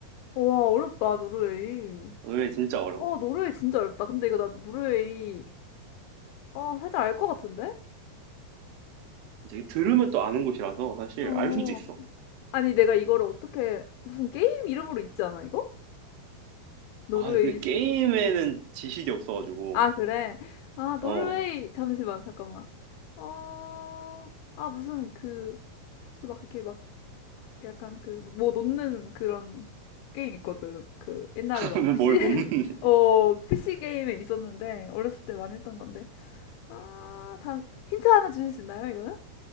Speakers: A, on the left (about 85°); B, on the right (about 70°).
A: 우와, 어렵다, 노르웨이.
B: 노르웨이 진짜 어려워.
A: 와, 노르웨이 진짜 어렵다. 근데 이거 나 노르웨이, 어, 살짝 알 것 같은데?
B: 이제 들으면 또 아는 곳이라서 사실
A: 어.
B: 알 수도 있어.
A: 아니, 내가 이거를 어떻게, 무슨 게임 이름으로 있지 않아, 이거?
B: 아,
A: 노르웨이.
B: 이게
A: 수-
B: 게임에는 지식이 없어가지고,
A: 아, 그래. 아, 노르웨이.
B: 어,
A: 잠시만, 잠깐만. 어, 아, 무슨 그, 그 막 이렇게 막 약간 그 뭐 놓는 그런 게임 있거든. 그 옛날에
B: <laughs>
A: 막 PC
B: 뭘
A: <laughs>
B: 넣는, <laughs>
A: 어 PC 게임에 있었는데 어렸을 때 많이 했던 건데 아, 장 힌트 하나 주실 수 있나요, 이거는?